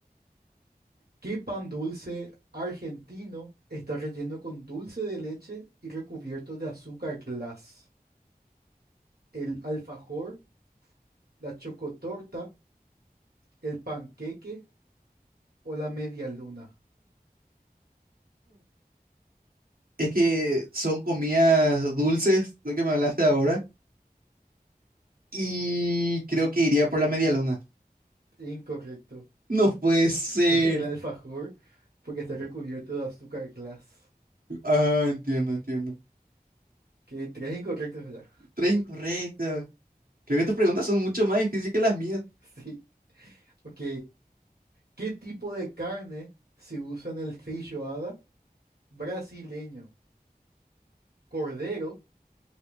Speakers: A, on the right (about 85°); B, on the right (about 70°).
A: ¿Qué pan dulce argentino está relleno con dulce de leche y recubierto de azúcar glass? ¿El alfajor, la chocotorta? ¿El panqueque o la media luna?
B: Es que son comidas dulces, lo que me hablaste ahora, y creo que iría por la media luna.
A: Incorrecto.
B: No puede ser.
A: <laughs> El alfajor, porque está recubierto de azúcar glass.
B: Ah, entiendo, entiendo.
A: Que tres incorrectos ya.
B: Tres incorrecta. Creo que tus preguntas son mucho más difíciles que las mías.
A: <laughs> Sí. Ok. ¿Qué tipo de carne se usa en el feijoada brasileño? ¿Cordero,